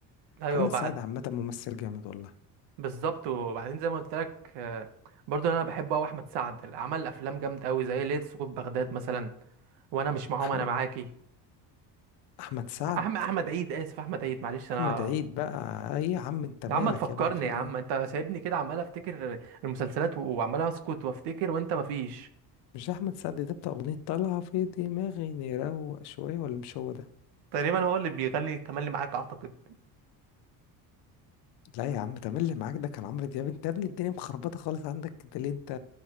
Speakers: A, on the right (about 70°); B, on the left (about 70°).
A: ايوه
B: محمد
A: بعد
B: سعد عامه ممثل جامد والله
A: بالظبط وبعدين زي ما قلت لك آه، برضو انا بحب قوي احمد سعد عمل افلام جامده قوي زي ليله سقوط بغداد مثلا وانا مش معاهم
B: احمد
A: انا معاكي
B: احمد سعد
A: احمد احمد عيد اسف احمد عيد معلش
B: احمد
A: انا
B: عيد بقى ايه يا عم انت مالك
A: يا عم تفكرني
B: يا ابني في
A: يا
B: ايه
A: عم انت سايبني كده عمال افتكر المسلسلات و- وعمال اسكت وافتكر وانت مفيش
B: مش ده احمد سعد ده بتاع اغنيه طالعه في دماغي نروق شويه ولا مش هو ده
A: تقريبا هو اللي بيغني تملي معاك اعتقد
B: لا يا عم ده مين اللي معاك ده كان عمرو دياب انت يا ابني الدنيا مخربطه خالص عندك ده ليه انت